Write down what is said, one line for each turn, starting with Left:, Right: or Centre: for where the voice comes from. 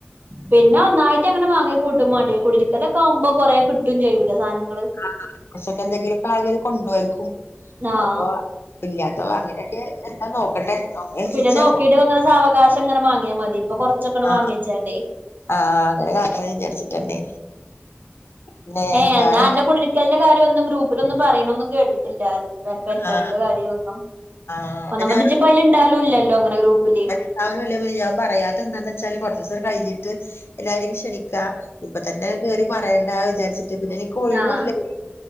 Right: പിന്നെ ഒന്നായിട്ട് അങ്ങനെ വാങ്ങി കൂട്ടുമാണ്ടേ കുടരിക്കലക്ക ആവുമ്പോ കൊറേ കിട്ടും ചെയ്യൂല സാധനങ്ങ
Left: ആ കുറച്ചൊക്കെ എന്തെങ്കിലക്കെ ആളുകളെ കൊണ്ടരും.
Right: ആഹ്
Left: അപ്പൊ ഇല്ലാത്ത അങ്ങനെയൊക്കെ എന്താ നോക്കട്ടെ. അതിനനുസരിച്ച്
Right: പിന്നെ നോക്കിട്ട് ഇങ്ങനെ സാവകാശം എങ്ങനെ വാങ്ങിയാ മതി. കൊറച്ചൊക്കെണ്
Left: ആ
Right: വാങ്ങിച്ചാണ്ടേ
Left: ആ അങ്ങനെ കാട്ടണം വിചാരിച്ചിട്ടന്നെ. പിന്നെ
Right: ഏ
Left: വേറെന്താ
Right: എന്നാ അന്റെ കുടരിക്കലിന്റെ കാര്യം ഒന്നും ഗ്രൂപ്പിലൊന്നും പറയണൊന്നും കേട്ടിട്ടില്ലാരും. പെരിപ്പണിന്റെ
Left: ആ
Right: കാര്യമൊന്നും
Left: ആ
Right: ഇപ്പൊ
Left: അതിനാ
Right: നമ്മജിപ്പ അയില് ഇണ്ടാലും ഇല്ലല്ലോ അങ്ങനെ ഗ്രൂപ്പില്.
Left: <unintelligible> ഞാൻ പറയാത്ത എന്താന്ന്ച്ചാല് കൊറച്ച് ഈസം കഴിഞ്ഞി എല്ലാരേം ക്ഷണിക്ക ഇപ്പ തന്നെ കേറി പറയേണ്ട വിചാരിച്ചി പിന്നെ എനിക്ക് ഒഴിവുംഇല്ലയ്നി
Right: ആഹ്